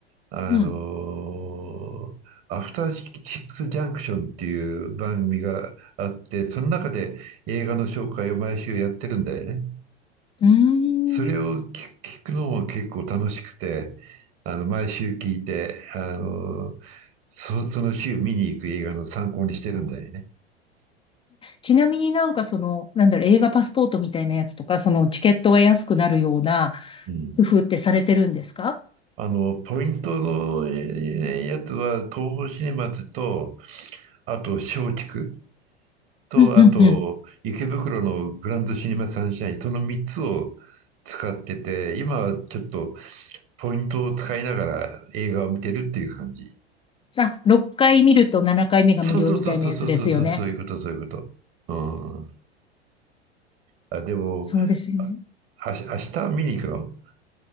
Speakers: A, on the right; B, on the left.
A: あの、
B: うん。
A: アフターシックスジャンクションっていう番組があって、その中で映画の紹介を毎週やってるんだよね。
B: うー
A: それを聞く聞くのも結構楽しくて、
B: ん。
A: あの、毎週聞いて、あの、そ、その週見に行く映画の参考にしてるんだよね。
B: ちなみになんかその、なんだろう、映画パスポートみたいなやつとか、そのチケットが安くなるような
A: うん。
B: 工夫ってされてるんですか
A: あの、ポイントのえやつは、東宝シネマズと、あと、松竹と、
B: うんうんうん。
A: あと、池袋のグランドシネマサンシャイン、その3つを使ってて、今はちょっとポイントを使いながら映画を見てるっていう感じ。
B: あ、6回見ると7回目が無料みたいなやつですよね。
A: そうそうそうそうそうそうそう、そういうこと、そういうこと。うん。あ、でも、
B: そうですよね。
A: あ、あし明日見に行くの